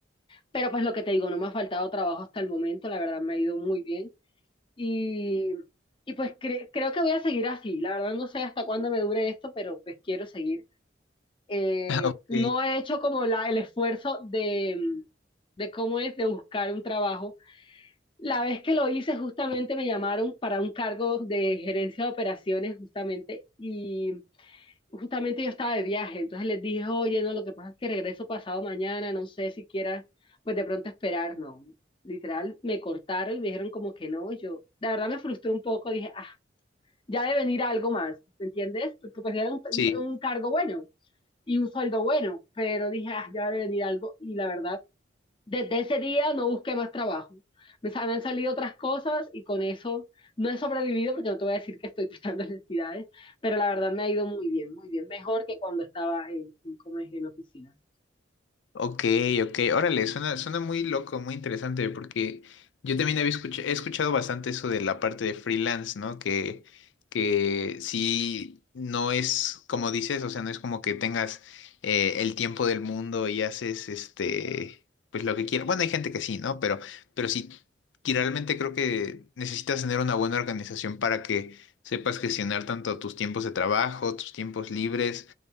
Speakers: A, on the left (about 30°); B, on the left (about 90°).
A: Pero pues lo que te digo, no me ha faltado trabajo hasta el momento, la verdad me ha ido muy bien. Y, y pues cre- creo que voy a seguir así. La verdad no sé hasta cuándo me dure esto, pero pues quiero seguir. Eh,
B: <laughs> Ok,
A: no he hecho como la, el esfuerzo de, mm, de cómo es de buscar un trabajo. La vez que lo hice justamente me llamaron para un cargo de gerencia de operaciones justamente y justamente yo estaba de viaje, entonces les dije, oye, no, lo que pasa es que regreso pasado mañana, no sé si quieras, pues de pronto esperar, no. Literal, me cortaron y me dijeron como que no, y yo, la verdad me frustré un poco, dije, ah, ya debe venir algo más, ¿me entiendes? Porque pues era un,
B: sí,
A: un- un cargo bueno y un sueldo bueno, pero dije, ah, ya debe venir algo y la verdad desde ese día no busqué más trabajo. Me, sa- me han salido otras cosas y con eso no he sobrevivido porque no te voy a decir que estoy <laughs> tratando necesidades, pero la verdad me ha ido muy bien, muy bien, mejor que cuando estaba en, en, como es, en oficina.
B: Ok, ok, órale, suena, suena muy loco, muy interesante, porque yo también había escuch- he escuchado bastante eso de la parte de freelance, ¿no? Que, que sí, no es como dices, o sea, no es como que tengas eh, el tiempo del mundo y haces este, pues lo que quieras. Bueno, hay gente que sí, ¿no? Pero, pero sí, que realmente creo que necesitas tener una buena organización para que sepas gestionar tanto tus tiempos de trabajo, tus tiempos libres,